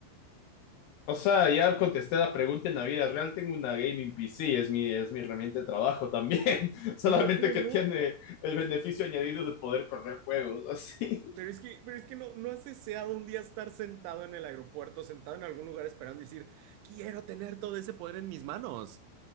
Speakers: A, on the left; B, on the right.
A: O sea, ya contesté la pregunta en la vida real. Tengo una gaming PC, es mi, es mi herramienta de trabajo también. <laughs> Solamente
B: Pero, pero
A: que
B: no,
A: tiene el beneficio añadido de poder correr juegos, así.
B: pero es que, pero es que no, no has deseado un día estar sentado en el aeropuerto, sentado en algún lugar esperando y decir, quiero tener todo ese poder en mis manos.